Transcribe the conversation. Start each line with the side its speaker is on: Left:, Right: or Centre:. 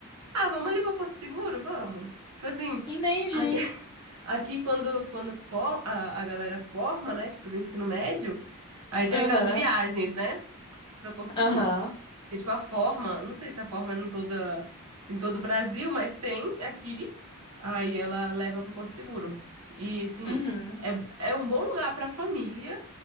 Right: Ah, vamos ali pra Porto Seguro? Vamos. Tipo assim,
Left: Entendi.
Right: a- <laughs> aqui quando, quando for, a, a galera forma, né? Tipo, do ensino médio, aí tem
Left: Aham,
Right: aquelas viagens, né? Pra Porto Seguro.
Left: aham,
Right: E, tipo, a forma, não sei se a forma é em toda, em todo o Brasil, mas tem aqui. Aí ela leva pra Porto Seguro. E, assim,
Left: uhum.
Right: é, é um bom lugar pra família